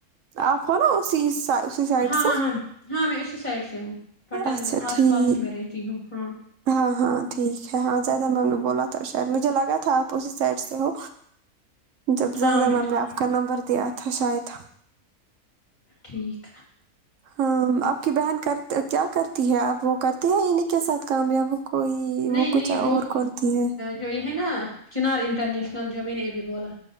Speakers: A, on the right (about 60°); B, on the left (about 30°).
A: آپ ہو نا اسی اسی سائڈ
B: ہاں
A: سے
B: ہاں ہاں ہاں میں اسی سائڈ سے ہوں پٹن
A: اچھا
B: آس
A: ٹھیک
B: پاس ہی میں رہتی ہوں ہاں
A: ہاں ہاں ٹھیک ہے ہاں زیادہ میں نے بولا تھا شاید مجھے لگا تھا آپ اسی سائڈ سے ہو جب
B: ہاں
A: زاہدہ
B: میں
A: میم
B: اسی
A: نے آپ کا نمبر دیا تھا شاید
B: ٹھیک
A: ہاں آپ کی بہن کرت کیا کرتی ہے آپ وہ کرتے ہے انہیں کے ساتھ کام ویام کوئی
B: نہیں
A: وہ
B: نہیں
A: کچھ اور کرتی ہے
B: جو یے ہے نا چنار انٹرنیشنل جو میں نے ابھی بولا